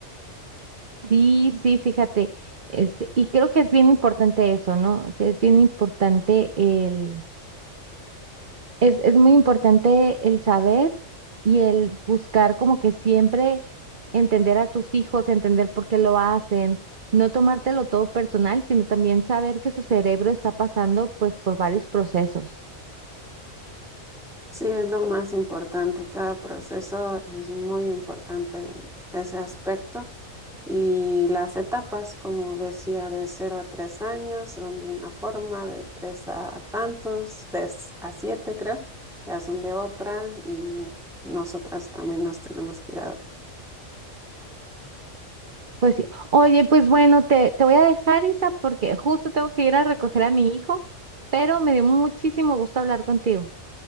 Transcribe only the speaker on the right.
Sí, sí, fíjate, este, y creo que es bien importante eso, ¿no? O sea, es bien importante el, es, es muy importante el saber y el buscar como que siempre entender a tus hijos, entender por qué lo hacen, no tomártelo todo personal, sino también saber que su cerebro está pasando pues por varios procesos.
Pues sí, oye, pues bueno, te, te voy a dejar, Isa, porque justo tengo que ir a recoger a mi hijo, pero me dio muchísimo gusto hablar contigo.